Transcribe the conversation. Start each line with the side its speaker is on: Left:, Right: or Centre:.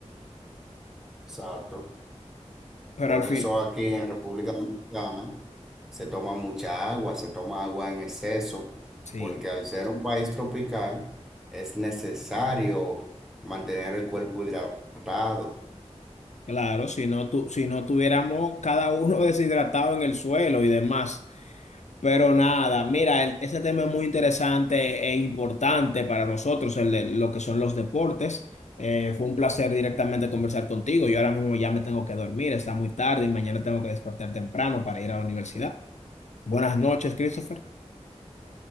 Centre: Exacto.
Left: pero
Centre: Por
Left: al fin,
Centre: eso aquí en República Dominicana se toma mucha agua, se toma agua en exceso,
Left: sí.
Centre: porque al ser un país tropical es necesario mantener el cuerpo hidratado.
Left: Claro, si no, tu, si no tuviéramos cada uno <laughs> deshidratado en el suelo y demás. Pero nada, mira, el- ese tema es muy interesante e importante para nosotros, el de lo que son los deportes. Eh, fue un placer directamente conversar contigo. Yo ahora mismo ya me tengo que dormir, está muy tarde y mañana tengo que despertar temprano para ir a la universidad. Buenas noches, Christopher.